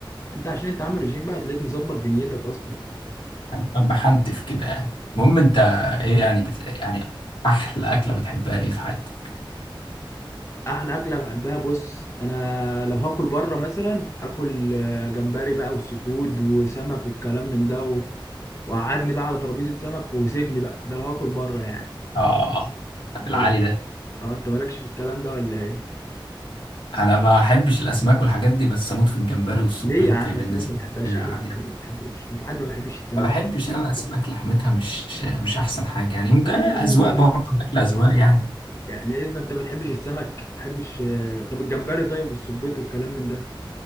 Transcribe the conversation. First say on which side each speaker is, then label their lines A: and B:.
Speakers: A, on the left; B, on the left.
A: انت عشان انت عامل رجيم بقى هتلاقيك مظبط دنيتك اصلا
B: أنا بحنتف كده يعني المهم انت ايه يعني بت... يعني احلى اكله بتحبها ايه في حياتك
A: احلى اكله بحبها بص انا لو هاكل بره مثلا اكل آه، جمبري بقى وسيفود وسمك والكلام من ده و- وقعدني بقى على ترابيزه سمك وسيبني بقى ده لو هاكل بره يعني
B: اه ده
A: انت
B: في العالي
A: م-
B: ده
A: اه انت مالكش في الكلام ده ولا ايه
B: انا ما احبش الاسماك والحاجات دي بس اموت في الجمبري والصبيط
A: ليه يا عم
B: بالنسبه
A: السمك ما بتحبهاش
B: لي يعني
A: ايه بس اللي ما بتحبوش وفي حد ما بيحبش السمك
B: ما بحبش انا الاسماك لحمتها مش مش احسن حاجه يعني ممكن
A: لا
B: آه،
A: لا لا
B: اذواق
A: لا
B: برضه
A: لا.
B: الاكل اذواق يعني
A: يعني ايه ما انت ما بتحبش السمك ما بتحبش آه، طب الجمبري طيب والسبيط والكلام من ده